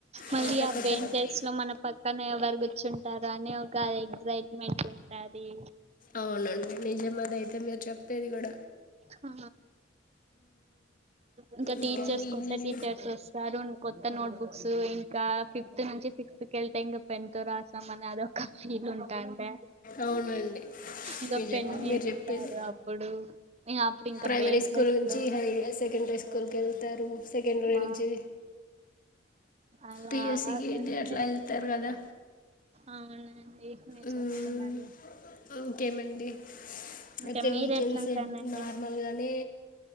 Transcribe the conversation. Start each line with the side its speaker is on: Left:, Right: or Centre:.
Right: మళ్ళీ
Left: అంత
Right: ఆ
Left: కొత్త
Right: బెంచెస్లో
Left: కొత్త
Right: మనం పక్కన ఎవరు గూర్చుంటారు అని ఒక ఎగ్జైట్మెంట్ ఉంటాది
Left: అవునన్ నిజమాదయితే మీరు చెప్పేది గూడ
Right: హా ఇంక
Left: ఇంకా
Right: టీచర్స్
Left: ఏమండి
Right: కొత్త టీచర్స్ ఒస్ సారు న్ కొత్త నోట్ బుక్స్ ఇంకా ఫిఫ్త్ నుంచి సిక్స్త్ కెళ్తే ఇంగ పెన్ తో రాసాం అన్నాదొ క ఫీల్ ఉంటాందా
Left: అవునండి
Right: ఇగ
Left: నిజమే
Right: పెన్నేస్తారు
Left: మీరు చెప్పేది
Right: అప్పుడు ఇగఖ అప్పుడ్ ఇంకా
Left: ప్రైమరీ
Right: బెంచెస్లో
Left: స్కూల్ నుంచి హై సెకండరీ స్కూల్కి వెళ్తారు సెకండరీ
Right: ఆ
Left: నుంచి
Right: అలా
Left: పిఎస్సికి
Right: వుంది
Left: ఇది అట్లా వెళ్తారు కదా
Right: అవునండి మీరు
Left: ఊమ్
Right: చెప్తున్నది
Left: ఇంకేమండి
Right: ఇంకా
Left: అయితే
Right: మీరు
Left: వీకెండ్స్.
Right: ఎట్లుంటానంటే
Left: నార్మల్గానే